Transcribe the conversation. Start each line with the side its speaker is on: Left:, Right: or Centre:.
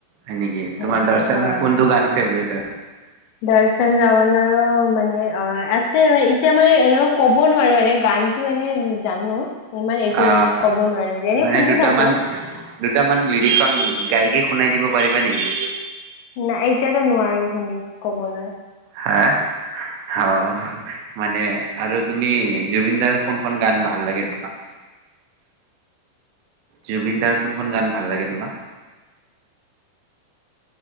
Right: হয় নেকি
Left: সেনেকুৱা
Right: তোমাৰ দৰ্শনৰ
Left: হয়
Right: কোনটো গান ফেভৰেট হয়?
Left: দৰ্শন ৰাওল আৰু মানে অ আছে মানে এতিয়া মানে এনেকুৱা ক'ব নোৱাৰো এনে গানতো এনে জানো। ইমান এইটো
Right: আহ
Left: ক'ব নোৱাৰো এনে
Right: মানে
Left: শুনি
Right: দুটামান
Left: থাকো
Right: দুটামান লিৰিকন গাইকে শুনাই দিব পাৰিবা নেকি?
Left: না এতিয়াতো নোৱাৰো শুনি কবলৈ।
Right: হা অ মানে আৰু তুমি জুবিনদাৰ কোনখন গান ভাল লাগে তোমাৰ জুবিন দাৰ কোনখন গান ভাল লাগে তোমাক?